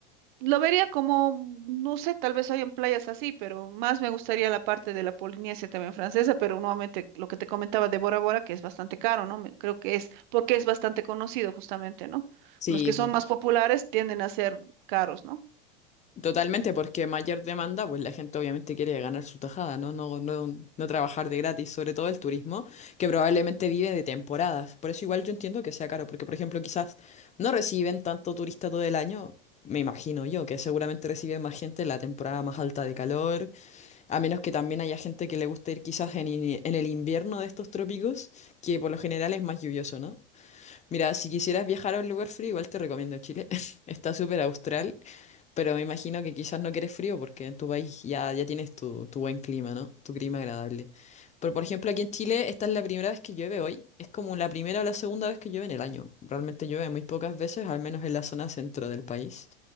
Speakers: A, on the right; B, on the left.
A: Lo vería como, no sé, tal vez hayan playas así, pero más me gustaría la parte de la Polinesia también francesa, pero nuevamente lo que te comentaba de Bora Bora, que es bastante caro, ¿no? Me- Creo que es porque es bastante conocido justamente, ¿no?
B: Sí,
A: Los que son más populares tienden a ser caros, ¿no?
B: Totalmente, porque mayor demanda, pues la gente obviamente quiere ganar su tajada, ¿no? No, no, no trabajar de gratis, sobre todo el turismo, que probablemente vive de temporadas. Por eso igual yo entiendo que sea caro, porque por ejemplo quizás no reciben tanto turista todo el año, me imagino yo, que seguramente reciben más gente en la temporada más alta de calor, a menos que también haya gente que le guste ir quizás en, ini- en el invierno de estos trópicos, que por lo general es más lluvioso, ¿no? Mira, si quisieras viajar a un lugar frío, igual te recomiendo Chile. <laughs> Está súper austral pero me imagino que quizás no quieres frío porque en tu país ya, ya tienes tu, tu buen clima, ¿no? Tu clima agradable. Pero por ejemplo, aquí en Chile, esta es la primera vez que llueve hoy. Es como la primera o la segunda vez que llueve en el año. Realmente llueve muy pocas veces, al menos en la zona centro del país,